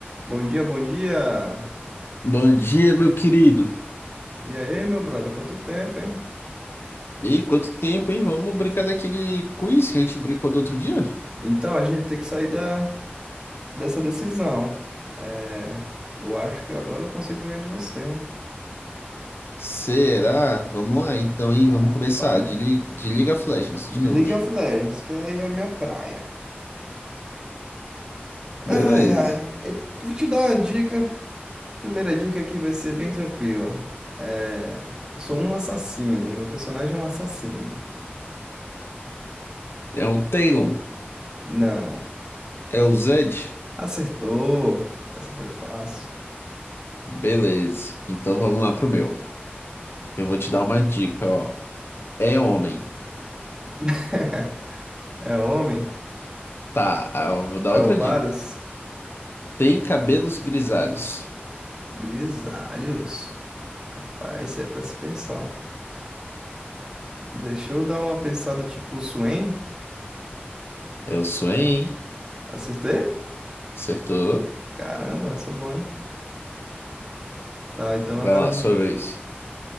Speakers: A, on the right; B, on the left.
A: Bom dia, bom dia.
B: Bom dia, meu querido.
A: E aí, meu brother, quanto tempo, hein?
B: E aí, quanto tempo, hein? Vamos brincar daquele quiz que a gente brincou do outro dia?
A: Então, a gente tem que sair da, dessa decisão. É, eu acho que agora eu consigo ganhar de você, hein?
B: Será? Vamos lá, então, hein?
A: Rapaz,
B: Vamos começar. De, Li- de League of Legends, de
A: de
B: novo.
A: League of Legends, que aí é a minha praia.
B: Beleza.
A: Ai, ai. E vou te dar uma dica. Primeira dica aqui vai ser bem tranquila. É, eu sou um assassino, meu personagem é um assassino.
B: É o Talon?
A: Não.
B: É o Zed?
A: Acertou. Essa foi fácil.
B: Beleza. Então vamos lá pro meu. Eu vou te dar uma dica, ó. É homem.
A: <laughs> É homem?
B: Tá, ah, eu vou dar
A: É
B: outra
A: o Varus?
B: dica. Tem cabelos grisalhos.
A: Grisalhos. Rapaz, isso é pra se pensar. ó. Deixa eu dar uma pensada tipo Swain.
B: É o Swain.
A: Acertei?
B: Acertou.
A: Caramba, sou bom, hein? Tá, então
B: Vai
A: agora.
B: lá,
A: me-
B: sua vez.